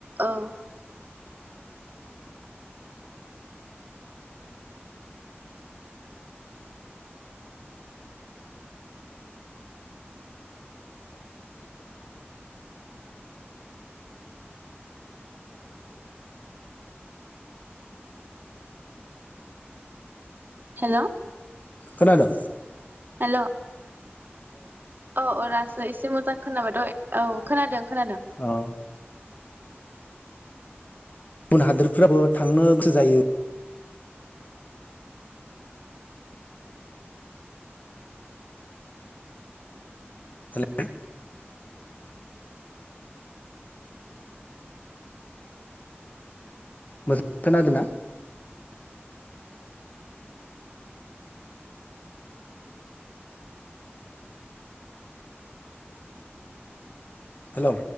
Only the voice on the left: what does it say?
खोनादो
औ बुन हादोरफोराबो थांनो गोसो जायो हेलो। मोजां खोनादों ना? हेलौ